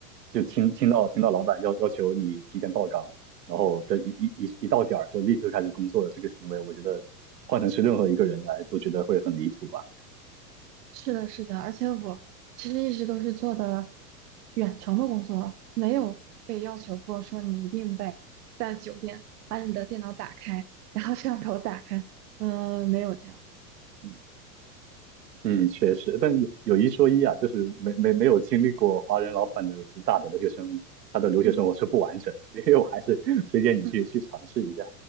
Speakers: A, on the right; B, on the right.
A: 就听听到听到老板要要求你提前到岗。
B: 嗯，
A: 然后这一一一一到点儿就立刻开始工作的这个行为，我觉得换成是任何一个人来都觉得会很离谱吧。
B: 是的，是的，而且我其实一直都是做的远程的工作，没有被要求过说你一定得在酒店把你的电脑打开，然后摄像头打开，嗯、没有这样，嗯
A: 嗯确实，但有一说一啊，就是没没没有经历过华人老板的主打的留学生，他的留学生活是不完整的，
B: 嗯
A: 所以我还是 <laughs> 推荐你去去尝试一下。
B: 嗯。